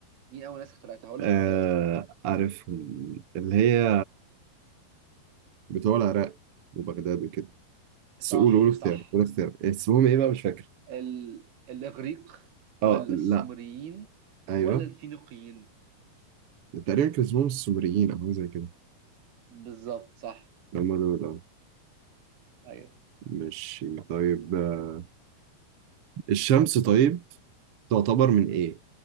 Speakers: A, on the right; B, on the right.
A: مين اول ناس اخترعتها هقول لك
B: آه
A: اختيارات
B: عارفهم اللي هي بتوع العراق وبغداد وكده بس
A: صح
B: قول قول اختيار
A: صح
B: قول اختيار اسمهم ايه بقى مش فاكر
A: ال... الإغريق
B: اه
A: ولا
B: لا
A: السومريين
B: ايوه
A: ولا الفينيقيين
B: تقريبا كان اسمهم السومريين او حاجه زي كده
A: بالظبط صح
B: هم دول اه
A: أيوه
B: ماشي طيب آه، الشمس طيب تعتبر من ايه؟